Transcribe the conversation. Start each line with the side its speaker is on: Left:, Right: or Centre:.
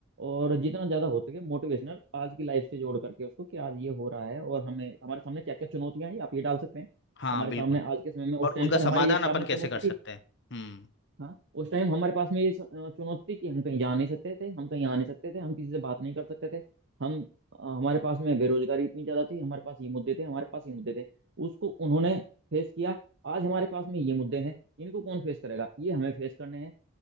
Right: और जितना ज्यादा हो सके मोटिवेशनल आज की लाइफ से जोड़ करके उसको कि आज ये हो रहा है और हमें हमारे सामने क्या क्या चुनौतियां हैं आप ये डाल सकते हैं
Left: हाँ
Right: हमारे
Left: बिल्कुल
Right: सामने आज के समय में उस
Left: और
Right: टाइम
Left: उनका
Right: पर
Left: समाधान
Right: हमारे ये सामने
Left: सही अपन बात
Right: चुनौती
Left: कैसे कर सकते
Right: थी
Left: हैं हम्म
Right: हाँ उस टाइम हमारे पास में ये स- अ, चुनौती थी कि हम कहीं जा नहीं सकते थे हम कहीं आ नहीं सकते थे हम किसी से बात नहीं कर सकते थे हम अ, हमारे पास में बेरोजगारी इतनी ज्यादा थी हमारे पास ये मुद्दे थे हमारे पास ये मुद्दे थे उसको उन्होंने फेस किया आज हमारे पास में ये मुद्दे हैं इनको कौन फेस करेगा ये हमें फेस करने हैं